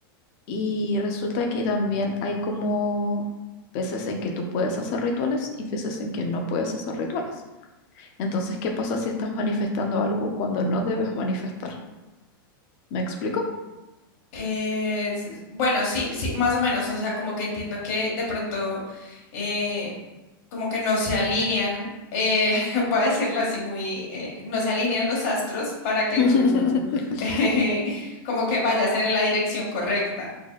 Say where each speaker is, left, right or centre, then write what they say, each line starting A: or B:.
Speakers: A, on the left; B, on the left.
A: Y resulta que también hay como veces en que tú puedes hacer rituales y veces en que no puedes hacer rituales. Entonces, ¿qué pasa si estás manifestando algo cuando no debes manifestar? ¿Me explico?
B: Eh, s- bueno, sí, sí, más o menos, o sea, como que entiendo que de pronto eh, como que no se alinean, eh, <laughs> voy a decirlo así muy, eh, no se alinean los astros para que
A: <laughs>
B: tú <laughs> eh, como que vayas en la dirección correcta.